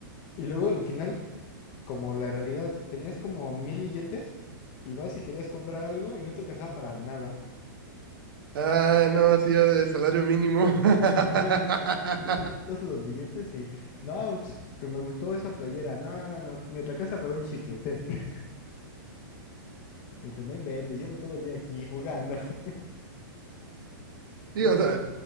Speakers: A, on the left; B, on the right.
A: Y luego al final, como la realidad, tenías como mil billetes y vas y querías comprar algo y no te alcanzaba para nada. <laughs>
B: Ah, no, hacía de salario mínimo. <laughs>
A: Sí, sí, sí, y tenías todos los billetes y, no, es que me gustó esa playera, no, no, no, me alcanza para un chicle, ten. <laughs> Y te no inventes, llevo todo el día aquí jugando. <laughs>
B: Sí,
A: Sí,
B: o
A: era-
B: sea,